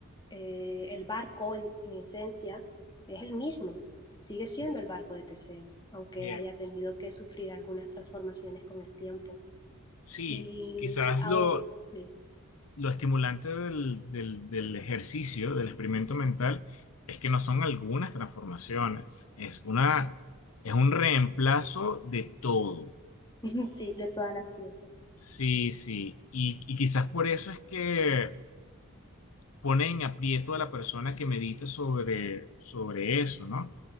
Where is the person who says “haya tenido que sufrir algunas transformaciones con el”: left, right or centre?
Left